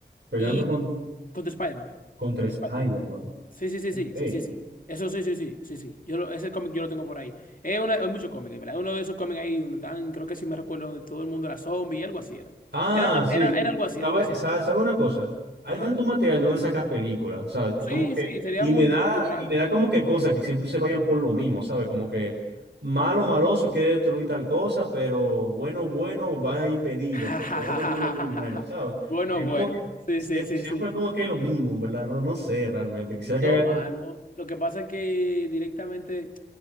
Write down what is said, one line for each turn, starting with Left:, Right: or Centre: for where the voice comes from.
Right: peleando
Left: Y
Right: con,
Left: contra Spider-Man.
Right: contra
Left: Contra
Right: Spider-Man.
Left: Spider-Man. Sí, sí, sí,
Right: Ok.
Left: sí, sí, sí, sí. Eso sí, sí, sí, sí, sí. Yo lo- ese cómic yo lo tengo por ahí. Es una, hay muchos cómics, ¿verdad? Es Uno de esos cómics ahí donde están, creo que sí me recuerdo, donde todo el mundo era zombie y algo así era.
Right: Ah,
Left: Era, una-
Right: sí.
Left: era, era algo así,
Right: ¿Sabe,
Left: era algo así.
Right: sa- sabe una cosa? Hay
Left: Ajá.
Right: tanto material donde sacas películas, o sea,
Left: Sí,
Right: Como que,
Left: sí, sería
Right: y
Left: muy,
Right: me da,
Left: muy, muy grande.
Right: y me da como que cosas que siempre se vayan por lo mismo, ¿sabe? Como que malo, maloso quiere destruir tal cosa, pero bueno, bueno va a impedirlo,
Left: <laughs>
Right: porque bueno, bueno es muy bueno, ¿sabe?
Left: Bueno,
Right: Es
Left: bueno.
Right: como que
Left: Sí,
Right: sie-
Left: sí, sí,
Right: siempre,
Left: sí.
Right: como que es lo mismo, en ¿verdad? No, no sé realmente. Quisiera que
Left: No,
Right: haga algo.
Left: mano. Lo que pasa es que directamente